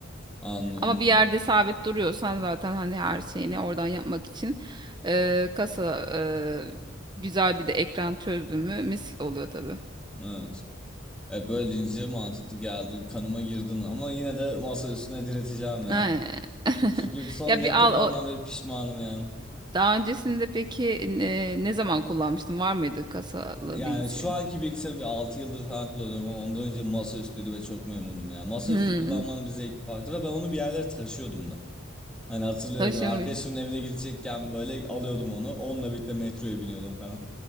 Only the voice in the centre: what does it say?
Anladım.
Evet. E böyle deyince mantıklı geldi. Kanıma girdin ama yine de masa üstüne direteceğim ya.
Çünkü son
laptop
almam
ve pişmanım yani.
Yani
şu anki bilgisayarımı bir 6 yıldır falan kullanıyorum ama ondan önce masaüstüydü ve çok memnundum ya. Masaüstü
kullanmanın bir zevki farklı ve ben onu bir yerlere taşıyordum da. Hani hatırlıyorum
böyle arkadaşımın
evine gidecekken böyle alıyordum onu. Onunla birlikte metroya biniyordum falan.